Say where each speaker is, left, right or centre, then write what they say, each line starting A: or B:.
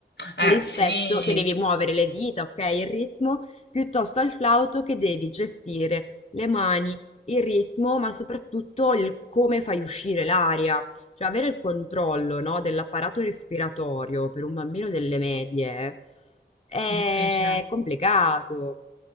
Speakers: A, on the left (about 70°); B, on the left (about 35°).
A: Eh,
B: rispetto
A: sì,
B: che devi muovere le dita, ok, il ritmo, piuttosto al flauto che devi gestire le mani, il ritmo, ma soprattutto il come fai uscire l'aria. Cioè, avere il controllo, no, dell'apparato respiratorio per un bambino delle medie è
A: difficile.
B: complicato.